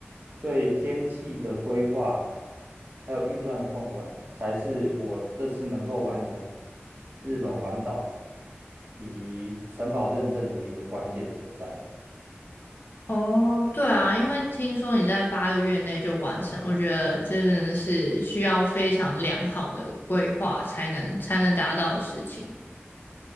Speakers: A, on the right; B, on the left.
A: 对天气的规划，还有预算的控管，才是我这次能够完成日本环岛以及城堡认证的一个关键所在。
B: 哦，对啊，因为听说你在八个月内就完成，我觉得这真的是需要非常良好的规划才能才能达到的事情。